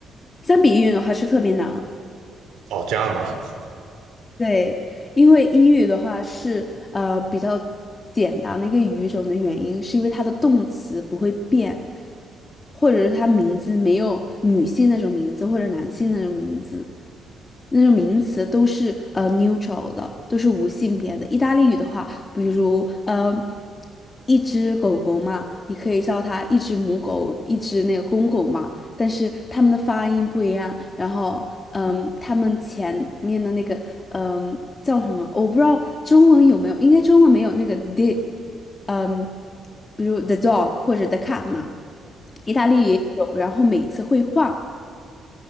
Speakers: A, on the left (about 30°); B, on the right (about 80°).
A: 相比于的话是特别难，
B: 哦，这样吧，
A: 对，因为英语的话是呃比较简单的一个语种的原因，是因为它的动词不会变，或者是它名字没有女性那种名字，或者男性那种名字，那种名词都是呃 neutral 的，都是无性别的。意大利语的话，比如呃一只狗狗嘛，你可以叫它一只母狗，一只那个公狗嘛，但是它们的发音不一样，然后嗯，它们前面的那个嗯叫什么，我不知道中文有没有，应该中文没有那个 d。嗯，比如 The Dog 或者 The Cat 嘛，意大利也有，然后每次会换，